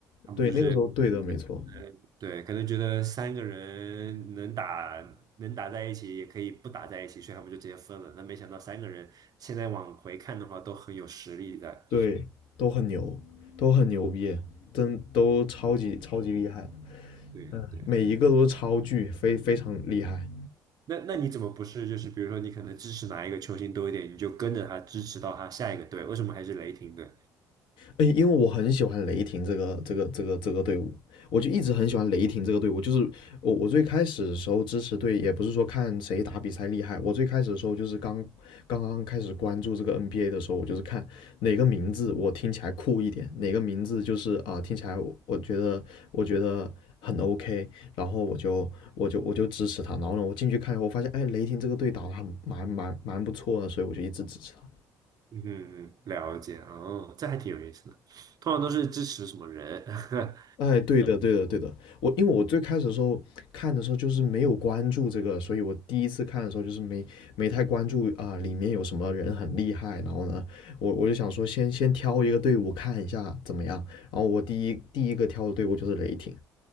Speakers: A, on the right; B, on the left.
A: 他们就是
B: 对，那个时候对的，没错。
A: 呃，对，可能觉得三个人能打能打在一起，也可以不打在一起，所以他们就直接分了。那没想到三个人现在往回看的话，都很有实力在。
B: 对，都很牛，都很牛逼，真都超级超级厉害，
A: 对呀对。
B: 嗯，每一个都是超巨，非非常厉害。
A: 那那你怎么不是就是比如说你可能支持哪一个球星多一点，你就跟着他支持到他下一个队？为什么还是雷霆队？
B: 哎，因为我很喜欢雷霆这个这个这个这个队伍，我就一直很喜欢雷霆这个队伍。就是我我最开始的时候支持队，也不是说看谁打比赛厉害，我最开始的时候就是刚刚刚开始关注这个 NBA 的时候，我就是看哪个名字我听起来酷一点，哪个名字就是啊、呃听起来我我觉得我觉得很 OK，然后我就我就我就支持他。然后呢，我进去看以后发现，哎，雷霆这个队打的很蛮蛮蛮不错的，所以我就一直支持他。
A: 嗯，了解哦，这还挺有意思的。通常都是支持什么人？<laughs>
B: 哎，对的，对的，对的。我因为我最开始的时候看的时候就是没有关注这个，所以我第一次看的时候就是没没太关注啊、里面有什么人很厉害。然后呢，我我就想说先先挑一个队伍看一下怎么样。然后我第一第一个挑的队伍就是雷霆。